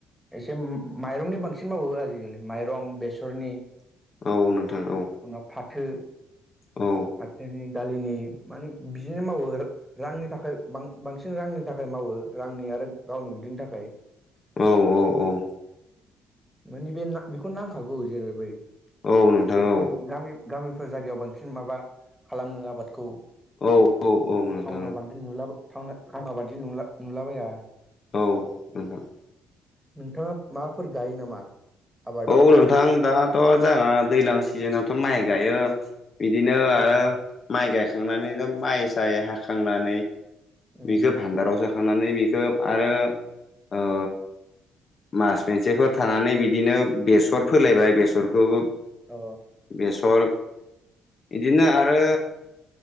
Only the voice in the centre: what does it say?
एसे माइरंनि बांसिन मावो आजिखालि माइरं बेसरनि
उनाव फाथो
फाथोनि दालिनि माने बिदिनो मावो आरो रांनि थाखायां बांसिन रांनि थाखाय मावो रांनि आरो गावनि उदैनि थाखाय
माने बे बेखौ नांखागौ जेनै बै
बांसिन
गामि गामिफोर जायगायाव बांसिन माबा खालामो आबादखौ
टाउनाव बांद्रो नुलाबो थां आंना बादि नला नुलाबाया
नोंथाङा माफोर गायो नामा आबादाव
माबा
उम
उम
अ